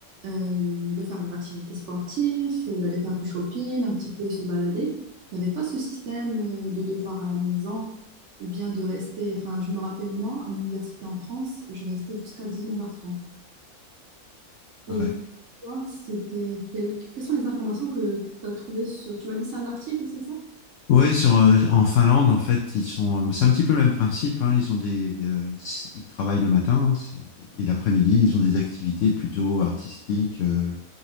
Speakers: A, on the right (about 55°); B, on the left (about 65°).
A: euh, de faire des activités sportives, euh, d'aller faire du shopping, un petit peu se balader. Il n'y avait pas ce système euh, de devoir à la maison ou bien de rester. Enfin, je me rappelle, moi, à l'université en France, je restais jusqu'à dix-neuf heures trente Et
B: Ouais.
A: toi, c'était quel- quelles sont les informations que tu as trouvées sur... Tu m'as dit c'est un article, c'est ça?
B: Ouais, sur, euh, en Finlande, en fait, ils sont, euh, c'est un petit peu le même principe. hein, ils ont des, euh, c- ils travaillent le matin hein, c'est- et l'après-midi, ils ont des activités plutôt artistiques, euh,